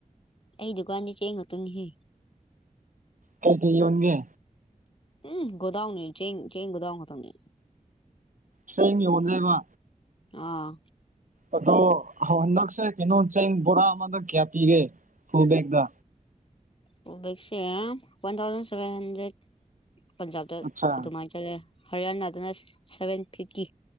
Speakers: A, on the left; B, on the right.
A: ꯑꯩ ꯗꯨꯀꯥꯟꯗꯤ ꯆꯦꯡ ꯈꯛꯇꯅꯤꯍꯦ
B: ꯀꯩ ꯀꯩ ꯌꯣꯟꯒꯦ
A: ꯎꯝ ꯒꫭꯗꯥꯎꯟꯅꯤ ꯆꯦꯡ ꯆꯦꯡ ꯒꫭꯗꯥꯎꯟ ꯈꯛꯇꯪꯅ‌
B: ꯆꯦꯡ ꯌꯣꯟꯂꯦꯕ
A: ꯑꯥ
B: ꯑꯗꯣ ꯍꯟꯗꯛꯁꯦ ꯀꯩꯅꯣ ꯆꯦꯡ ꯕꯣꯔꯥ ꯑꯃꯗꯛ ꯀꯌꯥ ꯄꯤꯒꯦ ꯐꯨꯜ ꯕꯦꯛꯗ
A: ꯐꯨꯜ ꯕꯦꯛꯁꯦ ꯋꯥꯟ ꯊꯥꯎꯖꯟ ꯁꯚꯦꯟ ꯍꯟꯗ꯭ꯔꯦꯠ ꯄꯟꯖꯥꯕꯇ
B: ꯑꯠꯆꯥ
A: ꯑꯗꯨꯃꯥꯏꯅ ꯆꯠꯂꯦ ꯍꯔꯤꯌꯥꯅꯥꯗꯅ ꯁꯚꯦꯟ ꯐꯤꯐꯇꯤ